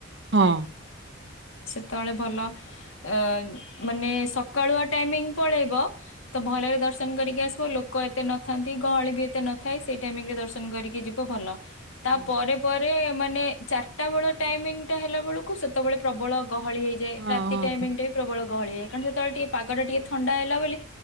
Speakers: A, on the right; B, on the left.
A: ହଁ।
B: ସେତେବେଳେ ଭଲ ଅ ମାନେ ସକାଳୁଆ ଟାଇମିଂ ପଳେଇବ। ତ ଭଲରେ ଦର୍ଶନ କରିକି ଆସିବ ଲୋକ ଏତେ ନଥାନ୍ତି ଗହଳି ବି ଏତେ ନଥାଏ ସେଇ ଟାଇମିଙ୍ଗି ରେ ଦର୍ଶନ କରିକି ଯିବ। ସବୁ ଭଲ ତା
A: ହଁ
B: ପରେ ପରେ ମାନେ ଚାରିଟା ବେଳ ଟାଇମିଙ୍ଗି ହେଲା ବେଳ କୁ ସେତେବେଳେ। ପ୍ରବଳ ଗହଳି ହେଇଯାଏ
A: ହଁ
B: ରାତି
A: ହଁ
B: ଟାଇମିଙ୍ଗି ଟା ବି। ପ୍ରବଳ ଗହଳି ଏ କାରଣ ସେତେବେଳେ ଟିକେ ପାଗଟା ଟିକେ ଥଣ୍ଡା ହେଲା ବୋଲି।